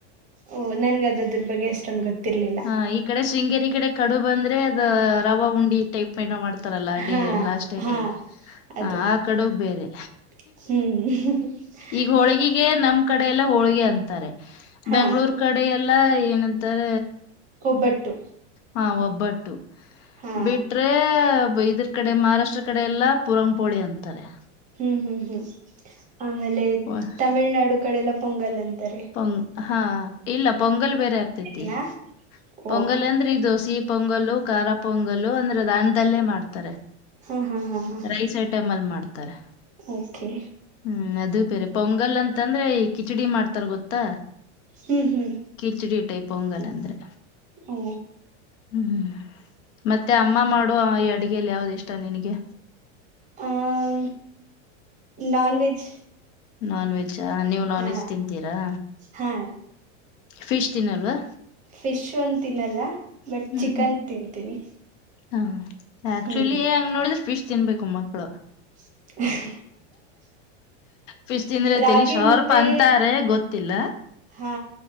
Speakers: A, on the right (about 20°); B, on the left (about 90°).
A: ಓಹ ನನ್ ಅದ ಅದ್ರ ಬಗ್ಗೆ ಅಷ್ಟೊಂದ್ ಗೊತಿರ್ಲ್ಲ
B: ಹ ಈ ಕಡೆ ಶೃಂಗೇರಿ ಕಡೆ ಕಡು ಬಂದ್ರೆ ಅದ ರವ ಉಂಡಿ ಟೈಪ್ ಪನ ಮಾಡ್ತಾರಲ್ಲ ಅಡಿ
A: ಹಾ
B: ನಾಷ್ಟಕ್ಕೆ
A: ಹಾ ಅದು
B: ಆ ಕಡುಬ್ ಬೇರೆ
A: ಹ್ಮ್
B: ಈಗ ಹೋಳಿಗೆಗೆ ನಮ್ ಕಡೆ ಎಲ್ಲ ಹೋಳಿಗೆ ಅಂತಾರೆ
A: ಹಾ
B: ಬೆಂಗ್ಗಳೂರ್ ಕಡೆ ಎಲ್ಲ ಏನ ತ್ತರ
A: ಒಬ್ಬಟ್ಟು
B: ಹಾ ಒಬ್ಬಟ್ಟು
A: ಹಾ
B: ಬಿಟ್ರೆ ಇದ್ರ ಕಡೆ ಮಹಾರಾಷ್ಟ್ರ ಕಡೆ ಎಲ್ಲ ಪುರಂಗ್ಪೋಳಿ ಅಂತಾರೆ
A: ಹ್ಮ್ ಹ್ಮ್ ಹ್ಮ್ ಆಮೇಲೆ
B: ವ-
A: ತಮಿಳ್ನಾಡು ಕಡೆಲ್ಲ ಪೊಂಗಲ್ ಅಂತಾರೆ
B: ಹಂ ಹಾ ಇಲ್ಲ ಪೊಂಗಲ್ ಬೇರೆ ಆಗ್ತೇತಿ
A: ಏನಾ ಓ
B: ಪೊಂಗಲ್ ಅಂದ್ರೆ ಈ ದೋಸೆ ಪೊಂಗಲ್ ಖಾರ ಪೊಂಗಲ್ ಅಂದ್ರೆ ದಾನ್ದಲ್ಲೇ ಮಾಡ್ತಾರೆ
A: ಹಾ ಹಾ ಹಾ ಹಾ
B: ರೈಸ್ ಐಟಮ್ ಅಲ್ಲಿ ಮಾಡ್ತಾರೆ
A: ಓಕೆ
B: ಹ್ಮ್ ಅದು ಬೇರೆ ಪೊಂಗಲ್ ಅಂತಂದ್ರೆ ಕಿಚಡಿ ಮಾಡ್ತಾರ ಗೊತ್ತಾ
A: ಹ್ಮ್ ಹ್ಮ್.
B: ಕಿಚಡಿ ಟೈಪ್ ಪೊಂಗಲ್ ಅಂದ್ರೆ.
A: ಓ.
B: ಹ್ಮ್್ಮ ಮತ್ತೆ ಅಮ್ಮ ಮಾಡುವ ಈ ಅಡಗೆಲ್ಲಿ ಯಾವ್ದ ಇಷ್ಟ ನಿನಗೆ.
A: ಹ ನಾನ್ ವೆಜ್.
B: ನಾನ್ ವೆಜ್ ನೀವು್ ನಾನ್
A: ಹಾ
B: ವೆಜ್ ತಿಂತೀರಾ.
A: ಹಾ.
B: ಫಿಶ್ ತಿನಲ್ವಾ.
A: ಫಿಶ್ ಒಂದು ತಿನ್ನಲ್ಲ ಬಟ್
B: ಹ್ಮ್
A: ಚಿಕನ್ ತಿಂತೀನಿ.
B: ಹಾ ಆಕ್ಚುಲಿ
A: ಹ್ಮ್
B: ಹೆಂಗ್ ನೋಡಿದ್ರೆ ಫಿಶ್ ತಿನ್ಬೇಕು ಮಕ್ಳು.
A: <inaudible>
B: ಫಿಷ್ ತಿಂದ್ರೆ
A: ರಾಗಿ
B: ಟೆಲಿ ಶಾರ್ಪ್
A: ಮುದ್ದೆ
B: ಅಂತಾರೆ ಗೊತ್ತಿಲ
A: ಹಾ.